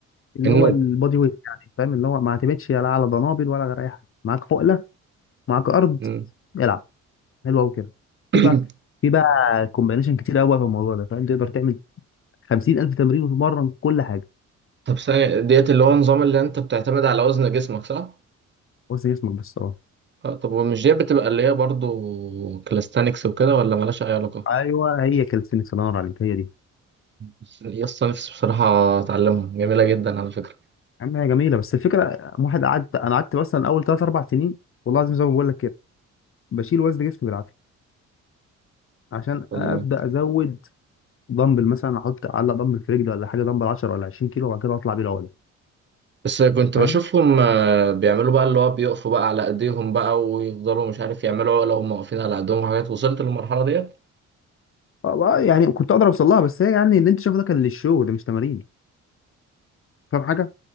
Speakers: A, on the left; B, on the right.
A: اللي
B: النوم
A: هو البادي ويت يعني فاهم اللي هو ما اعتمدش لا على ضنابل ولا غير أي حاجة معاك حقلة معاك أرض
B: مم.
A: العب حلو أوي كده
B: <clears throat>
A: في بقى في بقى كومبينيشن كتير أوي في الموضوع ده فاهم تقدر تعمل 50000 تمرين وتتمرن كل حاجة
B: طب ثانية ديت اللي هو النظام اللي انت بتعتمد على وزن جسمك صح؟
A: بس جسمك بس أه
B: اه طب ومش ديت بتبقى اللي هي برضو كلاستانكس وكده ولا مالهاش اي علاقة؟
A: أيوه هي كالستنكس الله ينور عليك هي دي
B: بس يا اسطى نفسي بصراحة اتعلمها جميلة جدا على فكرة
A: عم هي جميله بس الفكره واحد قعدت انا قعدت مثلا اول 3 4 سنين والله العظيم زي ما بقول لك كده بشيل وزن جسمي بالعافيه عشان
B: والله
A: ابدا ازود دمبل مثلا احط اعلق دمبل في رجلي ولا حاجه دمبل 10 ولا 20 كيلو وبعد كده اطلع بيه العقله
B: بس كنت
A: فاهم
B: بشوفهم آه، بيعملوا بقى اللي هو بيقفوا بقى على ايديهم بقى ويفضلوا مش عارف يعملوا عقلة وهم واقفين على ايديهم وحاجات وصلت للمرحلة ديت؟
A: أه، يعني كنت اقدر اوصل لها بس هي يعني اللي انت شايفه ده كان للشو ده مش تمارين فاهم حاجه